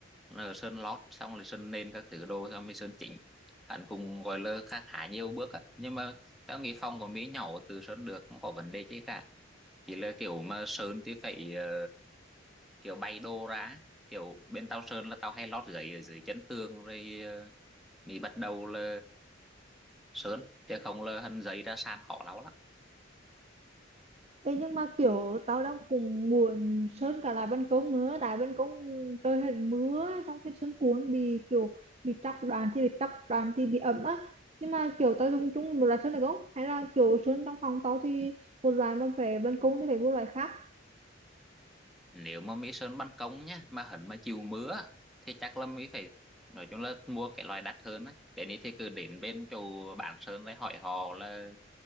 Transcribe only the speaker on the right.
Thế nhưng mà kiểu tao đang cũng muốn sơn cả lại ban công nữa tại ban công trời hết mưa xong cái sân cuốn bị kiểu bị tróc đoàn thì bị tróc đoàn thì bị ẩm á nhưng mà kiểu tao dùng chung một loại sơn được không hay là kiểu sơn trong phòng tao thì một loại mà về ban công thì phải một loại khác